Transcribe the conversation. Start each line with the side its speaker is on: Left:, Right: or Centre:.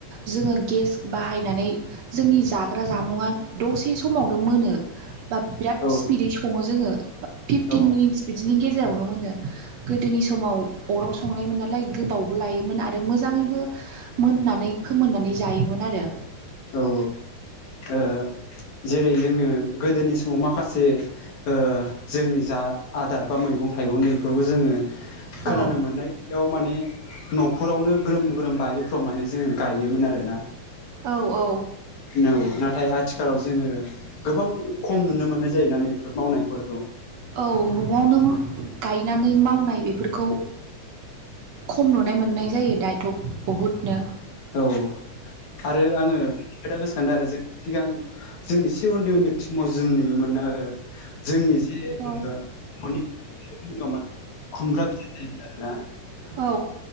Right: जोङो गेस बाहायनानै। जोंनि जाग्रा जामुं दसे समावनो मोनो। बा बिराद
Left: औ
Right: स्पिदै सङो जोङो फिफटिन
Left: औ
Right: मिनिटस बिदिनो गेस। जेरावनो मोनो गोदोनि समाव अराव संनायमोन नालाय गोबावबो लायोमोन आरो मोजाङैबो मोननानै फोमोननानै जायोमोन आरो।
Left: औ औ ओ। जेरै जोङो गोदोनि समाव माखासे ओ जोंनि जा आदार बा मैगं गं थाइगंनि बेफोरखौ जोङो खोनानो
Right: औ
Left: मोननायाव माने न'फोरावनो ग्रोम ग्रोम बायो। प्रमाने जोङो गायोमोन आरोना।
Right: औ औ
Left: औ नाथाय आथिखालाव जोङो गोबां खम नुनो मोननाय जायोन ना नैफोर मावनायफोरखौ।
Right: औ न'आवनो गायनानै मावनाय बेफोरखौ। खम नुनाय मोननाय जायो दाथ' बहुदनो।
Left: औ। आरो आङो खोथा गोसोखांदों आरो जों सिगां जों एसे उन्दै उन्दै समाव जों नुयोमोन। ना ओ जोंनि दि
Right: औ
Left: जोङो खुमब्रा फिथाइ थायोमोन आरोना।
Right: औ